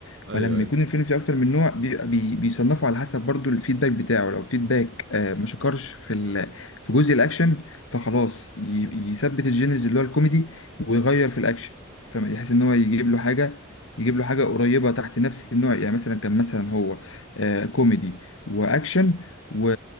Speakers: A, on the left; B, on the right.
A: فلما
B: ايوه ايوه
A: يكون الفيلم فيه اكتر من نوع بيبقى بي بيصنفوا على حسب برضو الفيدباك بتاعه لو فيدباك آه ما شكرش في ال في جزء الاكشن فخلاص ي-
B: مم.
A: يثبت الجينرز اللي هو الكوميدي ويغير في الاكشن فيحس ان هو يجيب له حاجه يجيب له حاجه قريبه تحت نفس النوع يعني مثلا كان مثلا هو آه كوميدي واكشن و...